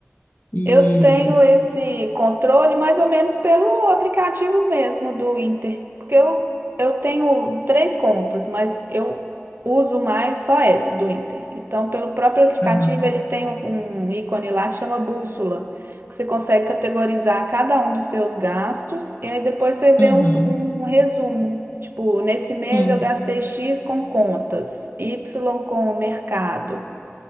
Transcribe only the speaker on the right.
Eu tenho esse controle mais ou menos pelo aplicativo mesmo do Inter, porque eu, eu tenho três contas, mas eu uso mais só essa do Inter. Então, pelo próprio aplicativo,
ele tem um ícone lá que chama bússola, que você consegue categorizar cada um dos seus gastos e aí depois você vê
um, um resumo. Tipo, nesse mês
eu gastei X com contas, Y com o mercado.